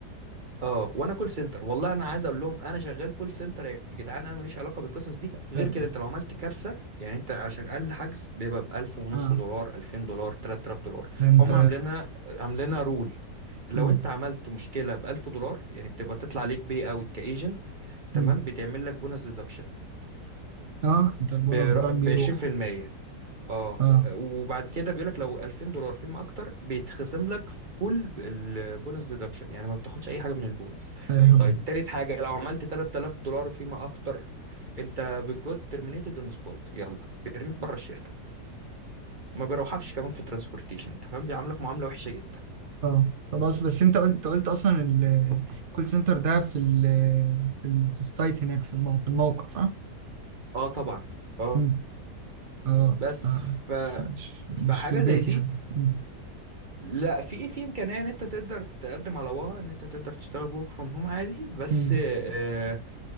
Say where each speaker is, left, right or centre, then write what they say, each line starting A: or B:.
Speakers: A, on the right; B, on the right.
A: اه وانا كول سنتر والله انا عايز اقول لهم انا شغال كول سنتر يا جدعان انا ماليش علاقه بالقصص دي غير
B: فاهم.
A: كده انت لو عملت كارثه يعني انت عشان اقل حجز بيبقى ب 1000 ونص
B: اه
A: دولار 2000 دولار 3000 دولار
B: ده انت
A: هم عاملينها عاملينها رول لو
B: مم.
A: انت عملت مشكله ب 1000 دولار يعني بتبقى تطلع عليك بي اوت كايجنت تمام
B: مم.
A: بتعمل لك بونس ديدكشن
B: اه انت البونص
A: ب
B: بتاعك بيروح
A: 20% اه
B: اه
A: وبعد كده بيقول لك لو 2000 دولار فيما اكتر بيتخصم لك فول البونس ديدكشن يعني ما بتاخدش اي حاجه من البونس
B: يا لهوي
A: طيب تالت حاجه لو عملت 3000 دولار فيما اكتر انت بتجود ترمينيتد اون سبوت يلا بيرميك بره الشركه ما بيروحكش كمان في ترانسبورتيشن انت فاهم بيعاملك معامله وحشه جدا
B: اه طب اصل بس انت قلت قلت اصلا الكول سنتر ده في ال في ال في السايت هناك في المو... في الموقع صح؟
A: اه طبعا اه
B: امم اه
A: بس
B: آه.
A: ف
B: مش
A: فحاجه
B: مش في البيت
A: زي دي
B: يعني امم
A: لا في في امكانيه ان انت تقدر تقدم على وها ان انت تقدر تشتغل ورك فروم هوم عادي بس
B: امم
A: آه،